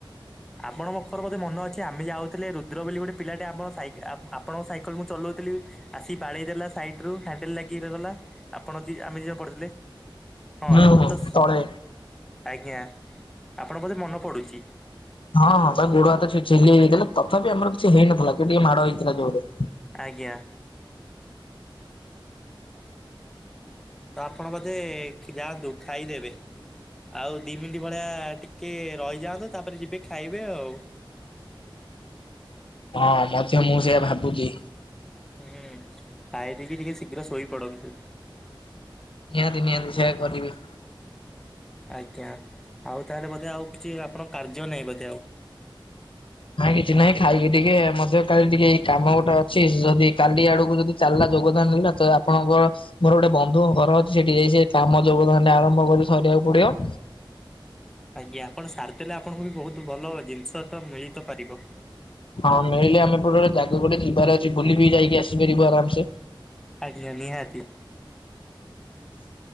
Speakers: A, in the centre; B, on the left.
A: ଆପଣ ବଖର ବୋଧେ ମନ ଅଛି ଆମେ ଯାଉ ଥିଲେ ରୁଦ୍ର ବୋଲି ଗୋଟେ ପିଲାଟେ ଆମର ସାଇକେ ଆପ ଆପଣଙ୍କ ସାଇକେଲ ମୁଁ ଚଲଉଥିଲି। ଆସି ବାଡେଇ ଦେଲା ସାଇଡ ରୁ ହ୍ୟାଣ୍ଡେଲ ଲାଗ <unintelligible> ଗଲା ଆପଣ ଦି ଆମେ ଦି ଜଣ ପଡିଲେ ହଁ
B: ହୁଁ ହୁଁ
A: ତ।
B: ତଳେ
A: ଆଜ୍ଞା ଆପଣ ବୋଧେ ମନ ପଡୁଛି।
B: ହଁ ହଁ ତା ଗୋଡ, ହାତ ଛେ-ଛେଲି ଦେଲୁ। ତଥାପି ଆମର କିଛି ହେଇନଥିଲା କେ ଟିକେ ମାଡ଼ ହେଇଥିଲା ଜୋରେ।
A: ଆଜ୍ଞା। ତ ଆପଣ ବୋଧେ କେ ଯାଆନ୍ତୁ ଖାଇଦେବେ ଆଉ ଦି ମିଣ୍ଟି <unintelligible> ଟି କେ ରହିଯାଆନ୍ତୁ ତାପରେ ଯିବେ ଖାଇବେ ଆଉ।
B: ହଁ ମଧ୍ୟ ମୁଁ ସେୟା ଭାବୁଛି।
A: ଏଁ ଖାଇ ଦେଇକି ଟିକେ ଶୀଘ୍ର ଶୋଇପଡନ୍ତୁ।
B: ନିହାତି ନିହାତି ସେୟା କରିବି।
A: ଆଜ୍ଞା ଆଉ ତାହେଲେ ବୋଧେ ଆଉ କିଛି ଆପଣଙ୍କ କାର୍ଯ୍ୟ ନାହିଁ ବୋଧେ ଆଉ।
B: ନାଇଁ କିଛି ନାହିଁ ଖାଇକି ଟିକେ ମଧ୍ୟ କାଲି ଟିକେ ଏଇ କାମ ଗୋଟେ ଅଛି ଯଦି କାଲି ଆଡକୁ ଯଦି। ଚାଲିଲା ଯୋଗଦାନ <unintelligible> ତ ଆପଣଙ୍କର। ମୋର ଗୋଟେ ବନ୍ଧୁଙ୍କ ଘର ଅଛି ସେଠି ଯାଇ ସେ କାମ ଯୋଗ <unintelligible> ଆରମ୍ଭ କରି ସରିବାକୁ ପଡିବ।
A: ଆଜ୍ଞା ଆପଣ ସାରିଦେଲେ ଆପଣଙ୍କୁ ବି ବହୁତ ଭଲ ଜିନିଷ ତ ମିଳି ତ ପାରିବ।
B: ହଁ ମିଳିଲେ ଆମେ <unintelligible> ଜାଗା ଗୋଟେ ଯିବାର ଅଛି ବୁଲିିକି ଯାଇକି ଆସିପାରିବୁ ଆରାମସେ।
A: ଆଜ୍ଞ ନିହାତି।